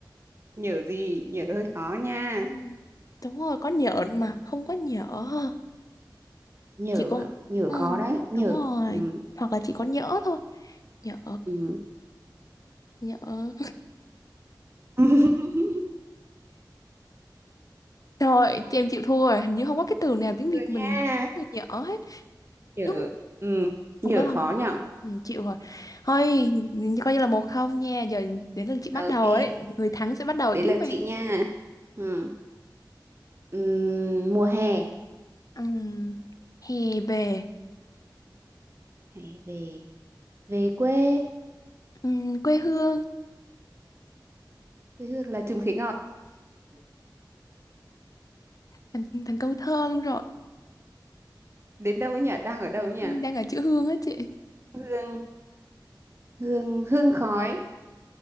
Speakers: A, on the right; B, on the left.
A: nhở gì nhở hơi khó nha
B: Ừ. đúng rồi, có nhện mà, không có nhỡ ha.
A: nhở
B: Chỉ có,
A: nhở
B: ừ,
A: khó đấy nhở
B: đúng rồi.
A: ừ.
B: Hoặc là chỉ có nhỡ thôi. Nhỡ,
A: Ừ.
B: nhỡ.
A: <laughs>
B: Rồi, chị em chịu thua rồi, hình như không có cái từ nào tiếng Việt
A: Được
B: mình
A: nha
B: có từ nhỡ hết.
A: nhở
B: Đúng, không
A: ừ. nhở
B: Không có không?
A: khó nhở
B: Ừ, chịu rồi. Thôi, coi như là một không nha. Giờ đến lượt chị bắt
A: ok
B: đầu ấy. Người thắng sẽ bắt đầu
A: đến
B: tiếp
A: lượt
B: em.
A: chị nha ừ. Ừ. mùa hè
B: Ừm, hè về,
A: hãy về về quê
B: Ừm, quê hương,
A: quê hương là Trùng Khế Ngọt
B: thành, thành câu thơ luôn rồi.
A: đến đâu ấy nhỉ đang ở đâu ấy nhỉ
B: đang ở chữ hương á chị
A: hương hương hương khói